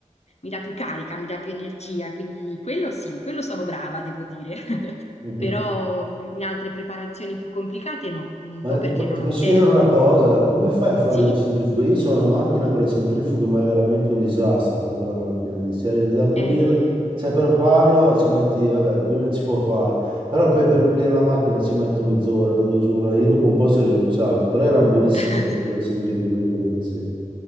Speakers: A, on the left; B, on the right.
A: mi dà più carica, mi dà più energia. Quindi quello sì, in quello sono brava, devo dire. <laughs>
B: mm.
A: Però
B: <laughs>
A: mh, in altre preparazioni più complicate no, un
B: Ma
A: po' perché
B: ti, po- ti
A: non
B: posso
A: ho tempo.
B: chiedere una cosa, come fai a fare
A: Sì,
B: le centrifughe? Io ho una macchina per la centrifuga, ma è veramente un disastro con quella macchina lì. Cioè, da pulirla,
A: eh...
B: cioè per farlo ci metti, vabbè, due minuti si può fare, però poi per pulire la macchina ci metto mezz'ora, te lo giuro. Io dopo un po' ci ho rinunciato, però erano buonissime
A: <laughs>
B: quelle centrifughe lì che mi facevi.